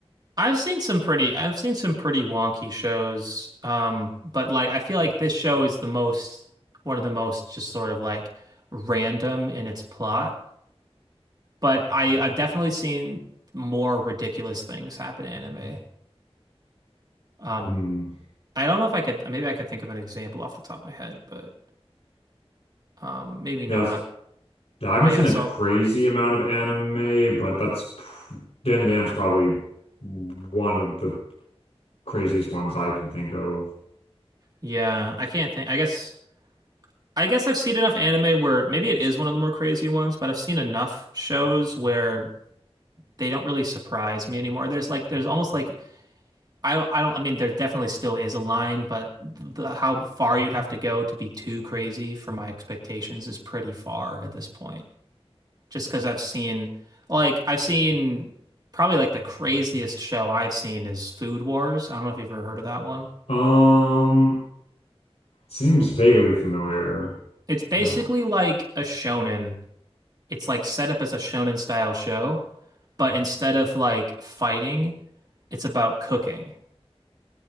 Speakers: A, on the right; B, on the left.
A: I've seen some pretty I've seen some pretty wonky shows. Um, but like I feel like this show is the most one of the most just sort of like random in its plot. But I I've definitely seen more ridiculous things happen in anime. Um,
B: Hmm.
A: I don't know if I could maybe I could think of an example off the top of my head, but um maybe not.
B: Yes, yeah, I haven't
A: But
B: seen
A: yeah,
B: a
A: so
B: crazy amount of anime, but that's pr- Dan to Dan's probably one of the craziest ones I can think of.
A: yeah, I can't think. I guess I guess I've seen enough anime where maybe it is one of the more crazy ones, but I've seen enough shows where they don't really surprise me anymore. There's like there's almost like I don't I don't I mean there definitely still is a line, but the, how far you'd have to go to be too crazy for my expectations is pretty far at this point. Just because I've seen like I've seen probably like the craziest show I've seen is Food Wars. I don't know if you've ever heard of that one.
B: Um, seems vaguely familiar.
A: It's basically
B: Yeah.
A: like a shonen. It's like set up as a shonen style show, but instead of like fighting, it's about cooking.